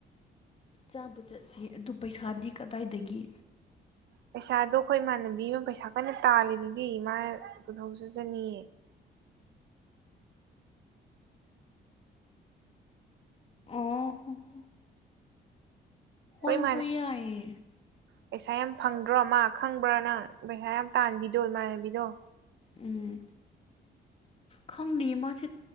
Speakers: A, on the left; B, on the right.
A: ꯆꯥꯕ ꯆꯠꯁꯦ ꯑꯗꯨ ꯄꯩꯁꯥꯗꯤ ꯀꯗꯥꯏꯗꯒꯤ
B: ꯄꯩꯁꯥꯗꯣ ꯑꯩꯈꯣꯏ ꯏꯃꯥꯟꯅꯕꯤ ꯑꯃ ꯄꯩꯁꯥ ꯀꯟꯅ ꯇꯥꯜꯂꯤꯗꯨꯗꯤ ꯃꯥ ꯄꯨꯊꯣꯛꯆꯆꯅꯤꯑꯦ
A: ꯑꫭ
B: ꯑꯩꯈꯣꯏ
A: ꯍꯣꯏ
B: ꯏꯃꯥꯟꯅ
A: ꯍꫭꯏ ꯌꯥꯌꯦ
B: ꯄꯩꯁꯥ ꯌꯥꯝ ꯐꯪꯗ꯭ꯔꯣ ꯃꯥ ꯈꯪꯕ꯭ꯔꯥ ꯅꯪ ꯄꯩꯁꯥ ꯌꯥꯝ ꯇꯥꯟꯕꯤꯗꯣ ꯏꯃꯥꯟꯅꯕꯤꯗꯣ
A: ꯎꯝ ꯈꯪꯗꯦ ꯃꯥꯁꯤ